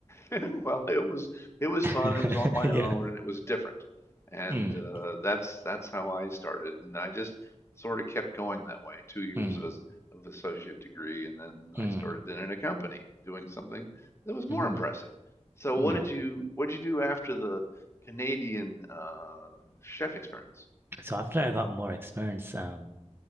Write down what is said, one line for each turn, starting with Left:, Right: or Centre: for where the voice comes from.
Left: <laughs> Well, it was it was
Right: <laughs>
Left: fun. It was on my
Right: Yeah.
Left: own, and it was different. And
Right: Mm,
Left: uh, that's that's how I started, and I just sort of kept going that way. Two years
Right: mm,
Left: of as of associate degree, and then
Right: mm,
Left: I started in, in a company doing something that was more
Right: mm.
Left: impressive. So,
Right: Yeah.
Left: what did you what did you do after the Canadian uh, chef experience?
Right: So after I got more experience, um,